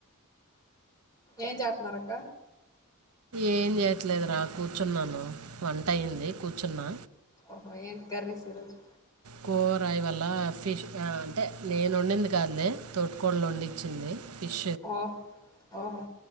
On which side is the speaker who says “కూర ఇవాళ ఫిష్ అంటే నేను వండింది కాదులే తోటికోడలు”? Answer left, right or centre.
Right